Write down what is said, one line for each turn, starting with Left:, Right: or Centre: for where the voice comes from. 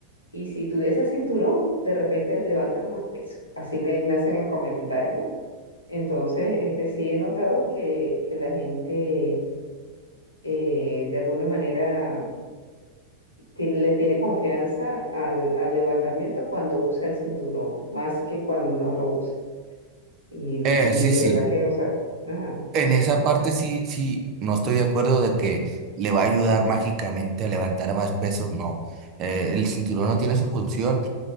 Left: Y si tuviese cinturón, de repente levantas más peso. Así me, me hacen el comentario, ¿no? Entonces, este, sí he notado que, que la gente eh, de alguna manera tiene, le tiene confianza al, al levantamiento cuando usa el cinturón, más que cuando no lo usa. Y,
Right: Eh,
Left: y
Right: sí,
Left: de
Right: sí.
Left: verdad que, o sea, ajá,
Right: En esa parte sí, sí, no estoy de acuerdo de que le va a ayudar mágicamente a levantar más pesos, no. Eh, el cinturón no tiene su función.